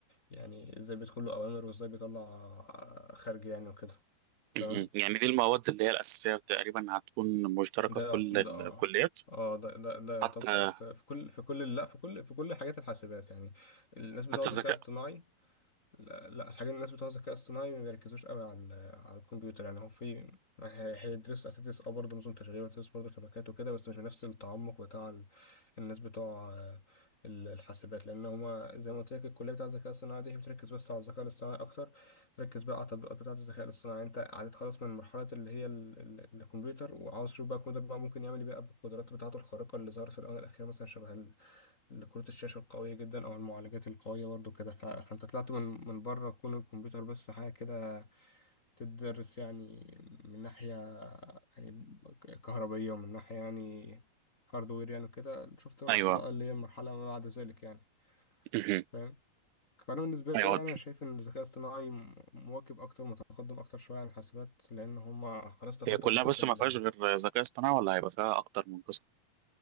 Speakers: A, on the left; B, on the right.
A: يعني ازاي بيدخل له اوامر وازاي بيطلع خارج يعني وكده تمام
B: مهم. يعني دي المواد اللي هي الاساسية تقريبا هتكون مشتركة
A: ده
B: في كل
A: يعت- ده اه
B: الكليات
A: اه ده ده ده يعتبر
B: حتى
A: في في كل في كل لا في كل في كل حاجات الحاسبات يعني الناس بتوع
B: حتى
A: الذكاء
B: الذكاء
A: الاصطناعي لا, لا الحاجات الناس بتوع الذكاء الاصطناعي ما بيركزوش قوي على ال- على الكمبيوتر يعني هو في ما هي- هيدرس هتدرس اه برضه نظم تشغيل وتدرس برضه شبكات وكده بس مش بنفس التعمق بتاع ال- الناس بتوع آه، ال- الحاسبات لان هما زي ما قلت لك الكليه بتاع الذكاء الاصطناعي دي هي بتركز بس على الذكاء الاصطناعي اكتر بتركز بقى على التطبيقات بتاعه الذكاء الاصطناعي يعني انت عديت خلاص من مرحله اللي هي ال- ال- الكمبيوتر وعاوز تشوف بقى الكمبيوتر بقى ممكن يعمل ايه بقى بالقدرات بتاعته الخارقه اللي ظهرت في الاونه الاخيره مثلا شبه لكروت الشاشة القوية جدا أو المعالجات القوية برضو كده ف- فأنت طلعت من من بره كون الكمبيوتر بس حاجة كده تدرس يعني من ناحية يعني ك- كهربية ومن ناحية يعني هاردوير يعني وكده شفت رحت
B: ايوه
A: بقى اللي هي المرحلة ما بعد ذلك يعني
B: مهم.
A: فاهم فأنا بالنسبة
B: ايوه
A: لي يعني أنا شايف إن الذكاء الاصطناعي م- مواكب أكتر متقدم أكتر شوية عن الحاسبات لأن هما خلاص تخطوا
B: هي كلها
A: مرحلة
B: بس
A: ال
B: ما فيهاش غير ذكاء اصطناعي ولا هيبقى فيها اكتر من قسم